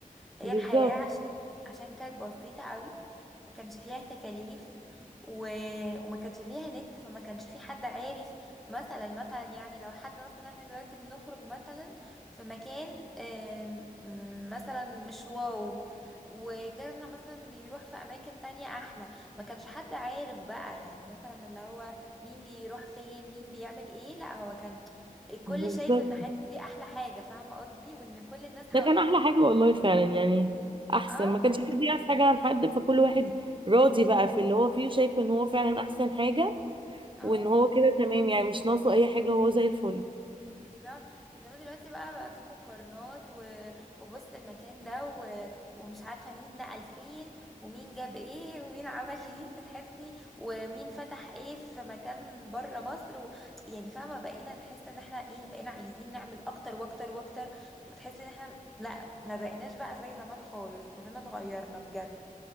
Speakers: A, in the centre; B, on the right.
A: هي
B: بالظبط
A: الحياة عشان عشان كانت بسيطة قوي ما كانش فيها تكاليف و... وما كانش فيها نت فما كانش في حد عارف مثلا مثلا يعني لو حد مثلا احنا دلوقتي بنخرج مثلا في مكان آم، م- مثلا مش واو وغيرنا مثلا بيروح في اماكن تانية احلى ما كانش حد عارف بقى يعني مثلا اللي هو مين بيروح فين مين بيعمل ايه لا هو كان الكل
B: بالظبط
A: شايف ان حياتي دي احلى حاجة فاهمة قصدي وان كل الناس حواليه
B: ده كان احلى
A: بت-
B: حاجة والله فعلا يعني احسن
A: اه
B: ما كانش حد يعرف حاجة عن حد فكل واحد راضي بقى في اللي هو فيه وشايف ان هو فعلا احسن حاجة
A: اه
B: وان هو كده تمام يعني مش ناقصه اي حاجة هو زي الفل
A: بالظبط انما دلوقتي بقى بقى في مقارنات و... وبص المكان ده و... ومش عارفه مين نقل فين ومين جاب ايه ومين عمل ايه <laughs> فتحسي ومين فتح ايه في مكان بره مصر و... يعني فاهمه بقينا نحس ان احنا ايه بقينا عايزين نعمل اكتر واكتر واكتر فتحس ان احنا لا ما بقيناش بقى زي زمان خالص كلنا اتغيرنا بجد